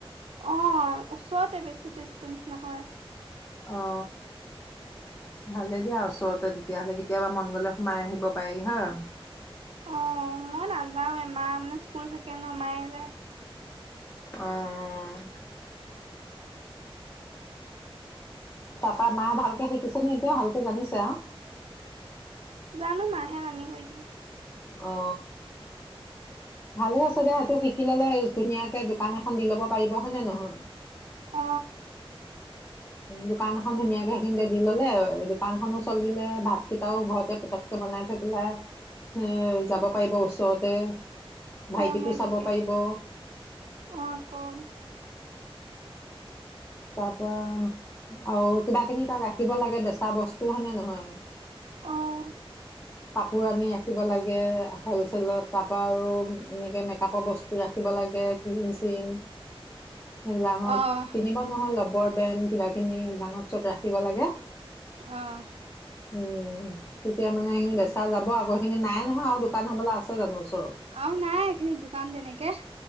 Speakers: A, on the right (about 85°); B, on the left (about 25°).
A: অ ওচৰতে বেছি ডিচটেঞ্চ নহয়।
B: অ ভালেই দিয়া ওচৰতে তেতিয়াহ'লে কেতিয়াবা মন গলে সোমাই আহিব পাৰি হয়।
A: অ মই নাযাও এমাহ মানে স্কুল থাকে কিনো মায়ে যায়।
B: অহ তাৰাপা মায়ে ভালকে শিকিছেনে এতিয়া ভালকে জানিছে আও
A: জানো মাহাহে আানিব এতিয়া।
B: অ ভালে আছে দে এইটো শিকি ললে ধুনীয়াকে দোকান এখন দি ল'ব পাৰিব হয় নে নহয়।
A: অ
B: দোকান এখন ধুনীয়াকৈ সেইখিনিতে দি ল'লে দোকানখনো চলিলে ভাতকেইটাও ঘৰতে পটককৈ বনাই থৈ পেলাই যাব পাৰিব ওচৰতে ভাইটিকো
A: অ' সেইটোৱে
B: চাব পাৰিব।
A: অ' আকৌ
B: তাৰ পৰা আৰু কিবা কিনি তাত ৰাখিব লাগে বেচা বস্তু হয়নে নহয়।
A: অ'
B: কাপোৰ আনি ৰাখিব লাগে হলছেলত তাৰ পৰা আৰু এনেকে মেকপৰ বস্তু ৰাখিব লাগে কে কিৰিম চিৰিম সেইবিলাকাকত
A: অ'
B: কিনিব নহয় লবৰ কিবা খিনি ভাঙত চত ৰাখিব লাগে।
A: অহ
B: উম তেতিয়া নু মানে সেইিন বেচা যাব আকৌ সখিনি নাই নহয় আৰু দোকান হবলা আছে জানো ওচৰত
A: আৰু নাই এইখিনি দোকান তেনেকে